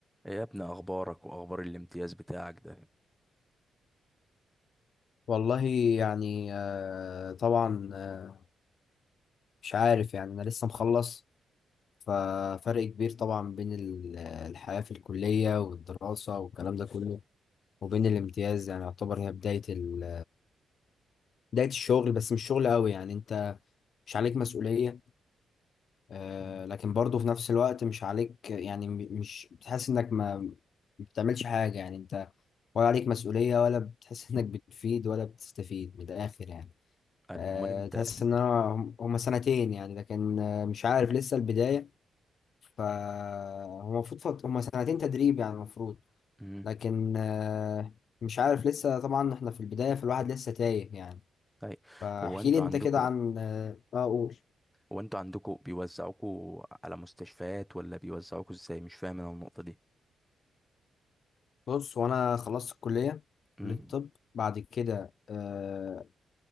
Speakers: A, in the centre; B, on the left.
A: إيه يا ابني اخبارك واخبار الامتياز بتاعك ده
B: والله يعني آه، طبعا آه، مش عارف يعني انا لسه مخلص ففرق كبير طبعا بين ال- آه، الحياة في الكلية والدراسة والكلام ده كله وبين الامتياز يعني يعتبر هي بداية ال... بداية الشغل بس مش شغل قوي يعني انت مش عليك مسؤولية آه،
A: مم.
B: لكن برضه في نفس الوقت مش عليك يعني م- مش بتحس انك ما ما بتعملش حاجة يعني انت ولا عليك مسؤولية ولا بتحس انك بتفيد ولا بتستفيد من الاخر يعني
A: قال،
B: آه،
A: امال انت
B: تحس ان انا هم هم سنتين يعني لكن آه، مش عارف لسه البداية فهو المفروض فت- هم سنتين تدريب يعني المفروض
A: مم.
B: لكن آه، مش عارف لسه طبعا احنا في البداية فالواحد لسه تايه يعني
A: طيب
B: فاحكي
A: هو انتوا
B: لي انت
A: عندكم
B: كده عن اه آه، قول
A: هو انتوا عندكم بيوزعوكوا على مستشفيات ولا بيوزعوكوا ازاي مش فاهم انا النقطة دي
B: بص وانا خلصت الكلية
A: مم.
B: كلية الطب بعد كده أه